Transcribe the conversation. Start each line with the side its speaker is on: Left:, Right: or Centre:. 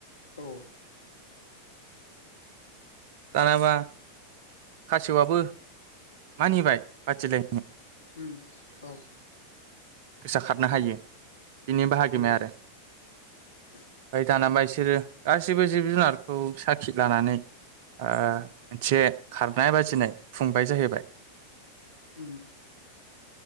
Left: औ
Right: दानाबा खासेवाबो मानिबाय बाथिले
Left: उम औ
Right: गोसा खारनो हायो बिनि बाहागिमोन
Left: औ
Right: आरो।
Left: <inaudible>
Right: ओमफ्राय दाना बिसोरो गासिबो जिब जुनारखौ साखि लानानै ओ मोनसे खारनाय बाजिनाय खुंबाय जाहैबाय।
Left: उम